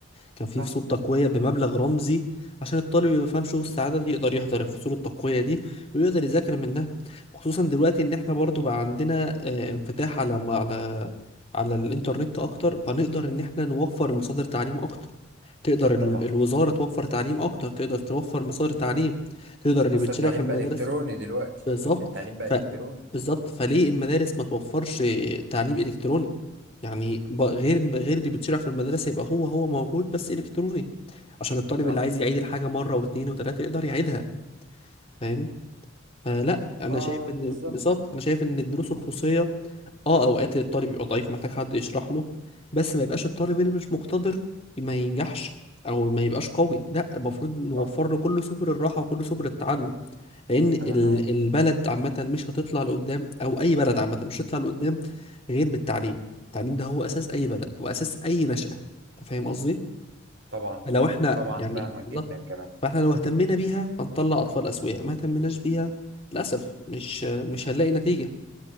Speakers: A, on the left; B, on the right.
A: كان في
B: صح
A: فصول تقوية بمبلغ رمزي عشان الطالب اللي ما يفهمش وسط عدد يقدر يحضر الفصول التقوية دي ويقدر يذاكر منها خصوصا دلوقتي ان احنا برضو بقى عندنا آه، انفتاح على على على الانترنت اكتر فنقدر ان احنا نوفر مصادر تعليم اكتر تقدر ال-
B: طبعا
A: الوزارة توفر تعليم اكتر تقدر توفر مصادر تعليم تقدر اللي
B: اصل
A: بيتشرع
B: التعليم
A: في المدارس
B: بقى الكتروني دلوقتي
A: بالظبط
B: التعليم بقى
A: ف
B: الكتروني
A: بالظبط فليه المدارس ما توفرش تعليم الكتروني يعني ب- غير غير اللي بتشرع في المدرسه يبقى هو هو موجود بس الكتروني عشان الطالب
B: صح
A: اللي عايز يعيد الحاجه مره واثنين وثلاثه يقدر يعيدها فاهم فلا انا
B: ما
A: شايف ان
B: بالظبط
A: بالظبط انا شايف ان الدروس الخصوصيه اه اوقات الطالب يبقى ضعيف محتاج حد يشرح له بس ما يبقاش الطالب اللي مش مقتدر ما ينجحش او ما يبقاش قوي لا المفروض نوفر
B: صح
A: له كل سبل الراحه وكل سبل التعلم لان ال-
B: انا معاك
A: البلد عامه مش هتطلع لقدام او اي بلد عامه مش هتطلع لقدام غير بالتعليم التعليم ده هو اساس اي بلد واساس اي نشأة انت فاهم قصدي
B: طبعا
A: فلو
B: فاهمك
A: احنا
B: طبعا
A: يعني
B: فاهمك
A: بالظبط
B: جدا كمان
A: فاحنا لو اهتمينا بيها هنطلع اطفال اسوياء ما اهتمناش بيها للاسف مش مش هنلاقي نتيجة